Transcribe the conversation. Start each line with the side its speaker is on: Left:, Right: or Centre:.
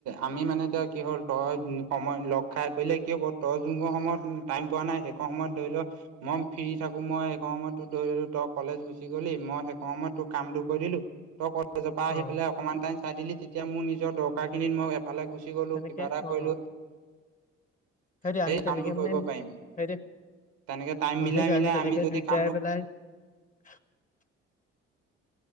Right: আমি মানে এতিয়া কি হ'ল তই সময় লগ খাই কৰিলে কি হ'ব তই যুগৰ সময়ত। টাইম পোৱা নাই সেইখন সময়ত ধৰি ল মই ফ্ৰী থাকো মই সেই সময়তো ধৰি ললো তই কলেজ গুচি গ'লি মই সেই সম সময়ই তোৰ কামটো কৰি দিলো তই জোপা আহি
Left: অ
Right: পালাই অকনমান টাইম চাই দিলি তেতিয়া মোৰ নিজৰ দৰকাৰ খিনিত মই ফালে গুচি গলো
Left: তেনেকে
Right: কিবা এটা
Left: অ
Right: কৰিলো।
Left: সেইটোৱে
Right: সেই
Left: আমি তেনেকে
Right: কামটো
Left: মানে
Right: কৰিব পাৰিম।
Left: সেইটোৱে
Right: তেনেকে টাইম
Left: অ'
Right: মিলাই
Left: সেইটোৱে
Right: মিলাই
Left: তেনেকে
Right: আমি যদি
Left: দুইটাই
Right: কামটো
Left: পেলাই <unintelligible>